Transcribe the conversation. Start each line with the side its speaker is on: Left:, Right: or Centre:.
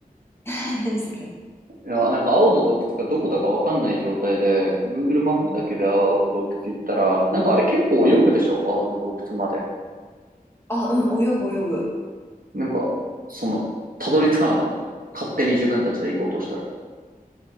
Left: <laughs> 何それ。
Right: いや、なんか青の洞窟がどこだかわかんない状態で、Google マップだけで青の洞窟行ったら、
Left: うん
Right: なんかあれ結構泳ぐでしょ青の洞窟まで。
Left: うんあ、うん、泳ぐ泳ぐ。
Right: なんか、その、たどり着かなかった。勝手に自分たちで行こうとしたら。